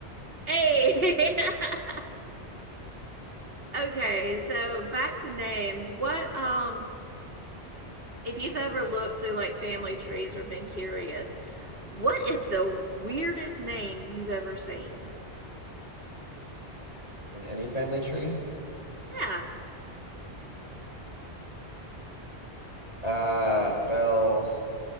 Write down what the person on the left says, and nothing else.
<laughs> In any family tree?
Uh, well,